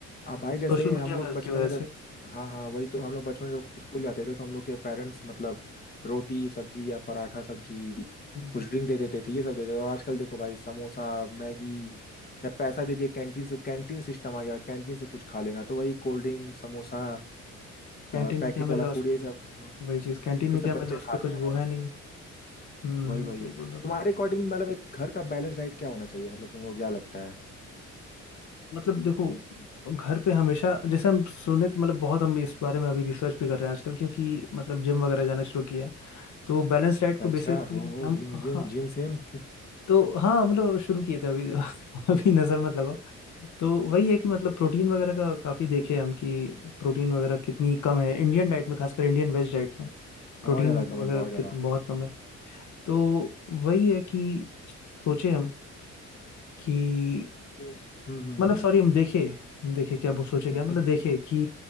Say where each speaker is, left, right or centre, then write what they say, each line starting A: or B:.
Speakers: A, on the left; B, on the left.
A: अब भाई जैसे
B: सोशल मीडिया
A: हम लोग बचपन
B: की वजह
A: में
B: से
A: जब हाँ हाँ वही तो हम लोग बचपन में जब स्कूल जाते थे तो हम लोग के पेरेंट्स मतलब रोटी सब्जी या पराठा सब्जी
B: कैंटीन
A: कुछ ड्रिंक दे देते थे ये सब देते थे और आजकल देखो भाई समोसा मैगी या पैसा दे दिया कैंटीन से कैंटीन सिस्टम आ गया कैंटीन से कुछ खा लेना तो वही कोल्ड ड्रिंक समोसा
B: में
A: पैकेट
B: क्या मिल
A: वाला
B: रहा है उस
A: फूड ये सब हाँ
B: वही चीज कैंटीन
A: वही
B: में
A: सब
B: क्या
A: बच्चे
B: मिल रहा है उस
A: खाते
B: पर कुछ
A: हैं
B: वो
A: भाई
B: है नहीं हम्म
A: वही
B: हम्म,
A: वही
B: सही
A: वही
B: बोल रहे हो
A: तुम्हारे अकॉर्डिंग मतलब एक घर का बैलेंस डाइट क्या होना चाहिए मतलब तुमको क्या लगता है
B: मतलब देखो घर पे हमेशा जैसे हम सुने तो मतलब बहुत हम इस बारे में अभी रिसर्च भी कर रहे हैं आजकल क्योंकि मतलब जिम वगैरह जाना शुरू किया है तो बैलेंस डाइट को
A: अच्छा
B: बेसिकली
A: हो हो
B: हम
A: जिम
B: हाँ
A: जिम जिम सिम
B: तो हाँ मतलब शुरू किए थे अभी <laughs> अभी नजर मत लगाओ तो वही है कि मतलब प्रोटीन वगैरह का काफी देखे हम कि प्रोटीन वगैरह कितनी कम है इंडियन डाइट में खासकर इंडियन वेज डाइट में प्रोटीन
A: बहुत ज्यादा कम है
B: वगैरह
A: बहुत ज्यादा
B: कितनी बहुत कम है तो वही है कि सोचे हम कि
A: वो हम्म हम्म
B: मतलब
A: हम्म
B: सॉरी हम देखे देखे क्या वो सोचे
A: <laughs>
B: क्या मतलब देखे कि